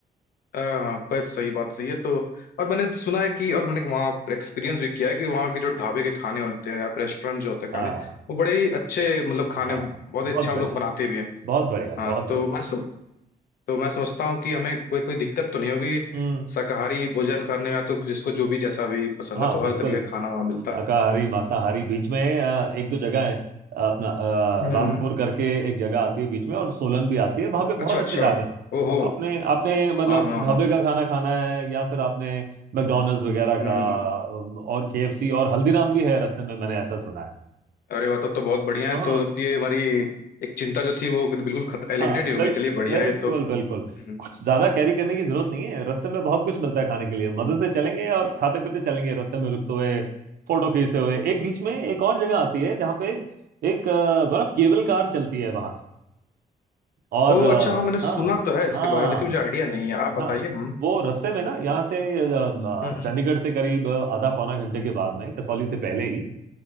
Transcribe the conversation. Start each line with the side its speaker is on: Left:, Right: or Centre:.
Left: हाँ बस सही बात सही है तो और मैंने सुना है कि और मैंने वहाँ एक्सपीरियंस भी किया है कि वहाँ के जो ढाबे के खाने होते हैं या फिर रेस्टोरेंट जो होते हैं खाने
Right: हाँ
Left: वो बड़े ही अच्छे मतलब खाने
Right: हाँ
Left: बहुत
Right: बहुत
Left: ही अच्छा
Right: बढ़िया
Left: वो लोग बनाते भी हैं
Right: बहुत बढ़िया
Left: हाँ
Right: बहुत बढ़िया
Left: तो मैं तो मैं सोचता हूँ कि हमें कोई कोई दिक्कत तो नहीं होगी
Right: हम्म
Left: शाकाहारी भोजन करने में या तो जिसको जो भी जैसा भी पसंद
Right: हाँ
Left: है तो
Right: बिल्कुल
Left: हर तरीके का खाना वहाँ मिलता
Right: शाकाहारी
Left: है
Right: मांसाहारी
Left: हम्म
Right: बीच में अ, एक दो जगह है अपना अ,
Left: हम्म,
Right: रामपुर करके एक जगह आती है बीच में और सोलन भी आती है वहां पे बहुत
Left: अच्छा अच्छा
Right: अच्छे ढाबे हैं
Left: ओहो
Right: आपने आपने मतलब
Left: हाँ हाँ
Right: ढाबे
Left: हाँ
Right: का खाना खाना है या फिर आपने मैकडोनल्ड्स वगैरह
Left: हम्म
Right: का
Left: हम्म।
Right: अम, और केएफसी और हल्दीराम भी है रास्ते में मैंने ऐसा सुना है
Left: अरे वाह तब तो बहुत बढ़िया है
Right: हाँ
Left: तो अब ये हमारी एक चिंता जो थी वो बिल्कुल खत एलिमिनेट
Right: हाँ
Left: हो
Right: बिल्कुल
Left: गई चलिए बढ़िया
Right: बिल्कुल
Left: है ये तो
Right: बिल्कुल
Left: हम्म
Right: कुछ ज्यादा कैरी करने की जरूरत नहीं है रास्ते में बहुत कुछ मिलता है खाने के लिए मजे से चलेंगे और खाते पीते चलेंगे रास्ते में रुकते हुए फोटो खींचते हुए एक बीच में एक और जगह आती है जहाँ पे एक अ, गौरव केबल कार चलती है वहां से और
Left: ओह
Right: अ,
Left: अच्छा हाँ मैंने
Right: हाँ
Left: सुना तो है इसके
Right: हाँ
Left: बारे में लेकिन मुझे आइडिया नहीं है आप बताइए
Right: हाँ
Left: हम्म
Right: वो रास्ते में ना यहाँ से अ, अ,
Left: हम्म,
Right: चंडीगढ़ से करीब आधा पौना घंटे के बाद में कसौली से पहले ही